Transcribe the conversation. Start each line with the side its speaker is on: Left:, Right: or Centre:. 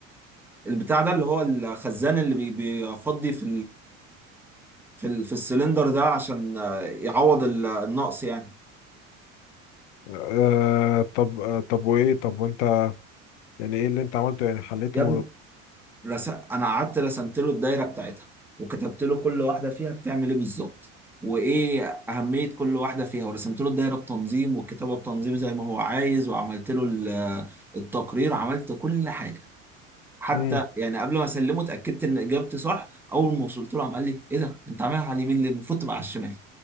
Centre: البتاع ده اللي هو الخزان اللي بي- بيفضي في في ال- في السلندر ده عشان آه، يعوض ال- النقص يعني
Left: آه طب آه طب وايه طب وانت يعني ايه اللي انت عملته يعني حليته
Centre: يا ابني رس... انا قعدت رسمت له الدايره بتاعتها وكتبت له كل واحده فيها بتعمل ايه بالظبط وايه اهميه كل واحده فيها ورسمت له الدايره بتنظيم والكتابه بتنظيم زي ما هو عايز وعملت له ال- التقرير عملت كل حاجه حتى
Left: مم.
Centre: يعني قبل ما اسلمه اتاكدت ان اجابتي صح اول ما وصلت له عم قال لي ايه ده انت عاملها على اليمين ليه المفروض تبقى على الشمال